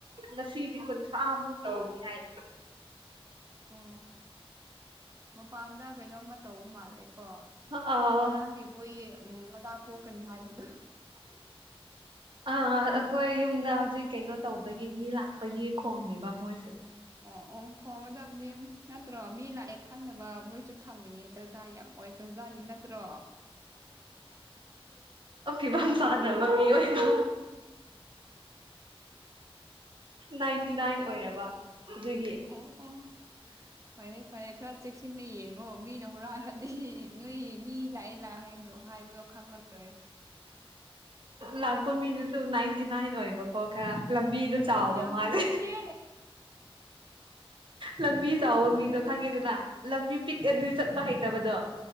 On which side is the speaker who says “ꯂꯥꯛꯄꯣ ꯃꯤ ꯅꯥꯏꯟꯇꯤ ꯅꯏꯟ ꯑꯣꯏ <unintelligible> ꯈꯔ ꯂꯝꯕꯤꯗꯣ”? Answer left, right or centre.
Right